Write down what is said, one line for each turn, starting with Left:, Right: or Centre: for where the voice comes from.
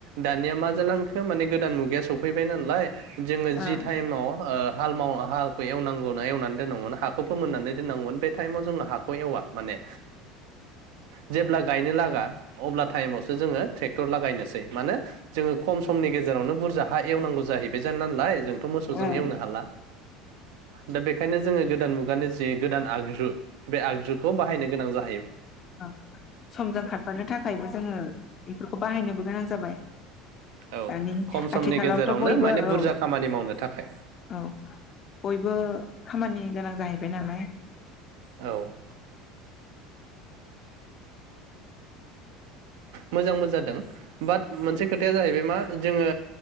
Right: दानिया मा जालांखो माने गोदान मुगा सौफैबाय नालाय जोङो
Left: ओं
Right: जि टाइमाव ओ हाल माव हालखै एवनांगौ एवनानै दोननांगौमोन हाखौ फोमोननानै दोननांगौमोन बे टाइमाव जोङो हाखौ एवा माने जेब लाख गायनो लागा अब्ला टाइमावसो जोङो ट्रेक्टर लागायनोसै माने जोङो खम समनि गेजेरावनो बुरजा हा एवनांगौ जाहैब बेजान नालाय जोंथ' मोसजों
Left: ओं
Right: एवनो हाला दा बेनिखायनो जोङो दान मुगानिस जि गोदान आगजु बे आगजुखौ बाहायनो गोनां जा
Left: औ समजों खारफानो थाखायबो जोङो बेफोरखौ बाहायनोबो गोनां जाबाय
Right: औ
Left: दानि
Right: खम समनि
Left: आथिखालावथ'
Right: गेजेरावनो
Left: बयबो
Right: माने
Left: औ
Right: बुरजा खामानि मावनो थाखाय
Left: औ बयबो खामानि गोनां जाहैबाय नालाय ।
Right: औ । मोजांबो जादों बाट मोनसे खोथाया जाहैबाय मा जोङो